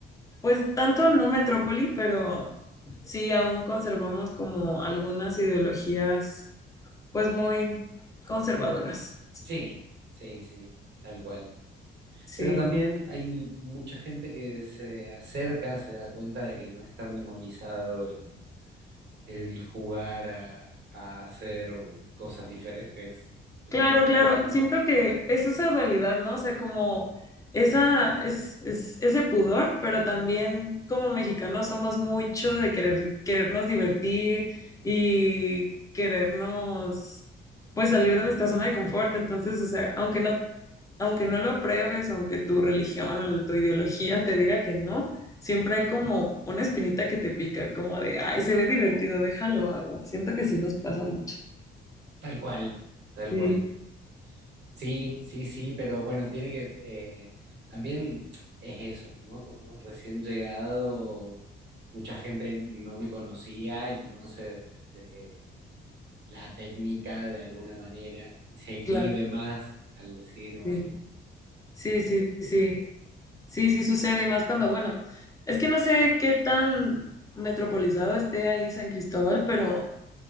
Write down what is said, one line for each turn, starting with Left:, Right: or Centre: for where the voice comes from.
Left: pues tanto no metrópoli, pero sí aún conservamos como algunas ideologías pues muy conservadoras.
Right: sí, sí, sí, tal cual.
Left: Sí.
Right: Pero también hay mucha gente que se acerca, se da cuenta de que no es tan demonizado el, el jugar a, a hacer cosas diferentes en
Left: Claro,
Right: lo cotidiano.
Left: claro. Siento que es esa dualidad, ¿no? O sea, como esa, es, es- ese pudor, pero también como mexicanos somos mucho de querer, querernos divertir y querernos, pues, salir de nuestra zona de confort. Entonces, o sea, aunque no, aunque no lo apruebes, aunque tu religión o tu ideología te diga que no, siempre hay como una espinita que te pica, como de, ay, se ve divertido, déjalo hago. Siento que sí nos pasa mucho.
Right: Tal cual, tal
Left: Sí,
Right: cual. Sí, sí, sí, pero bueno, tiene que, eh, también es eso, ¿no? Como recién llegado, mucha gente no me conocía y no conoce eh, la técnica de alguna manera, se inhibe
Left: claro.
Right: más al decir, bueno,
Left: Sí. Sí, sí,
Right: eh,
Left: sí. Sí, sí sucede, y más cuando, bueno, es que no sé qué tan metropolizado esté ahí San Cristóbal, pero